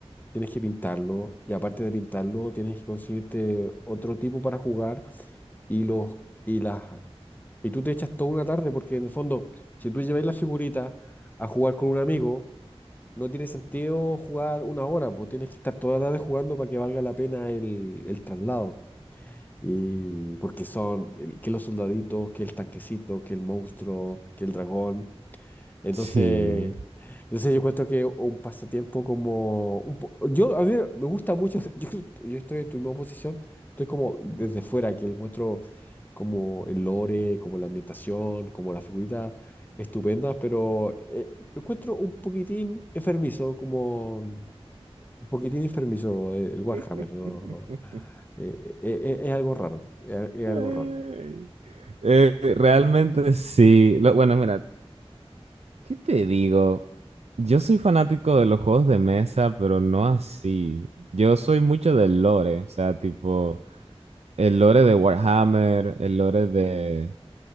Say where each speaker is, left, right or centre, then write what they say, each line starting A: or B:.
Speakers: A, on the left (about 15°); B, on the right (about 85°).
A: tienes que pintarlo y aparte de pintarlo, tienes que conseguirte otro tipo para jugar y los... Y las y tú te echas toda una tarde porque en el fondo, si tú lleváis las figuritas a jugar con un amigo, no tiene sentido jugar una hora, pues tienes que estar toda la tarde jugando para que valga la pena el, el traslado. Y porque son el- que los soldaditos, que el tanquecito, que el monstruo, que el dragón. Entonces,
B: Sí.
A: entonces yo encuentro que un pasatiempo como... un po- yo, a mí me gusta mucho, <laughs> yo, creo- yo estoy en tu misma posición, estoy como desde fuera, que encuentro como el lore, como la ambientación, como las figuritas estupendas, pero eh, lo encuentro un poquitín enfermizo, como un poquitín enfermizo eh, el Warhammer,
B: <laughs>
A: ¿no? Eh, eh, eh, es algo raro, es es
B: Ay.
A: algo raro.
B: Eh, realmente sí. Lo- bueno, mira, ¿Qué te digo? Yo soy fanático de los juegos de mesa, pero no así. Yo soy mucho del lore, o sea, tipo el lore de Warhammer, el lore de...